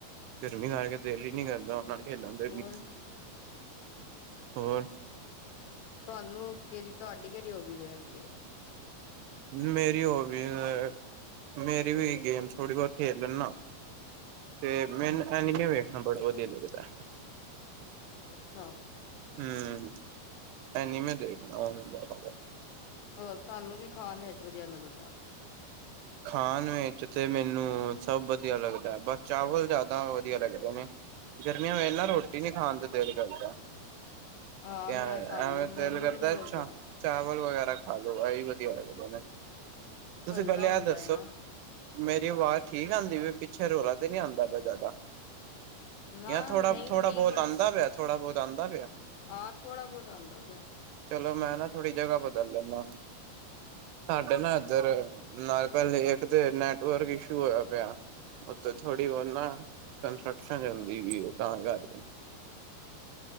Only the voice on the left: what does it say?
ਹੋਰ
ਤੁਹਾਨੂੰ ਕੇਰੀ ਤੁਹਾਡੀ ਕੇੜੀ ਹੋਬੀਜ਼ ਹੇਗੀ ਏ।
ਅੱਛਾ।
ਹੋਰ ਤੁਆਨੂੰ ਕੀ ਖਾਣ ਵੇਚ ਵਧੀਆ ਲੱਗਦਾ।
ਹਾਂ
ਮੈਂ ਸਾਨੂੰ
ਮੈਨੂੰ
ਵੀ ਨੀ ਕਰਦਾ
ਹਲਕਾ
ਹੁੰਦਾ
ਹੈ ਨਾ।
ਨਾ
ਨਹੀਂ ਠੀਕ
ਹੈ,
ਹਾਂ ਥੋੜਾ ਬਹੁਤ ਆਉਂਦਾ ਪਿਆ
<inaudible>